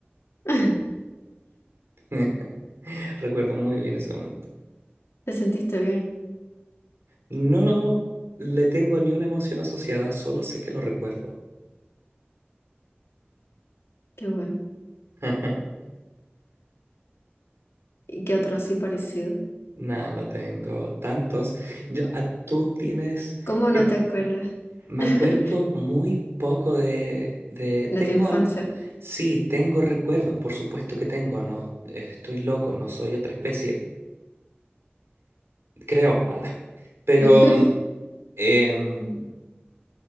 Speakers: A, on the left (about 80°); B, on the right (about 85°).
A: <laughs>
B: <laughs> Recuerdo muy bien ese momento.
A: ¿Te sentiste bien?
B: No le tengo ni una emoción asociada, solo sé que lo recuerdo.
A: Qué bueno.
B: <laughs>
A: ¿Y qué otro así parecido?
B: Nada, no tengo tantos. Yo- ah, tú tienes,
A: ¿Cómo
B: te-
A: no te acuerdas
B: Me
A: <laughs>
B: acuerdo muy poco de, de
A: de
B: tengo
A: tu infancia?
B: al- sí, tengo recuerdos, por supuesto que tengo, no estoy loco, no soy otra especie, creo. ah, Pero
A: <laughs>
B: mm, em,